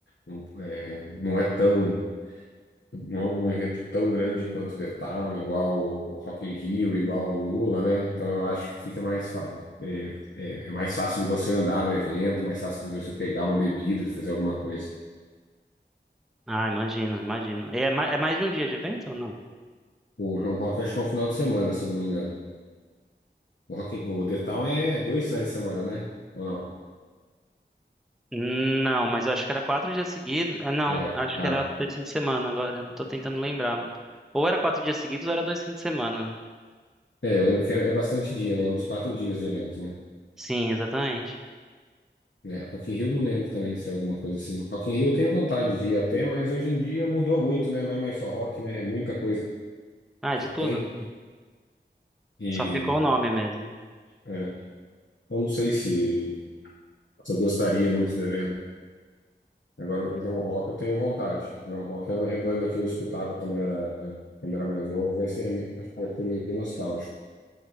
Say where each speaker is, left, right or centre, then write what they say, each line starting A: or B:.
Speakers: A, on the left; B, in the centre.
A: um- é, não é tão não é um evento tão grande quanto o The Town, igual o Rock in Rio, igual o Lula, né? Então eu acho que fica mais fácil. É, é- é mais fácil de você andar no evento, mais fácil de você pegar uma bebida, de fazer alguma coisa.
B: Ah, imagino, imagino. E É, ma- é mais de um dia de evento ou não?
A: O João Rock acho que é um final de semana, se eu não me engano. O, Rock, in- o The Town é dois finais de semana, né? Ou não?
B: Não, mas eu acho que era quatro dias seguidos. Ah, não,
A: É,
B: acho
A: ah,
B: que era dois fins de semana agora, não tô tentando lembrar. Ou era quatro dias seguidos ou era dois fins de semana.
A: é, eu lembro que é, é bastante dia, né? Uns quatro dias de evento, né?
B: Sim, exatamente.
A: É, Rock in Rio não lembro também se é alguma coisa assim. Rock in Rio eu tenho vontade de ir até, mas hoje em dia mudou muito, né? Não é mais só rock, né? É muita coisa
B: Ah,
A: que
B: de tudo.
A: tem. E
B: Só ficou o nome mesmo.
A: é, eu não sei se, se eu gostaria muito do evento. Agora, o João Rock eu tenho vontade. O João Rock é é banda que eu escutava quando era, quando era mais novo, vai ser meio, acho que vai ser meio nostálgico.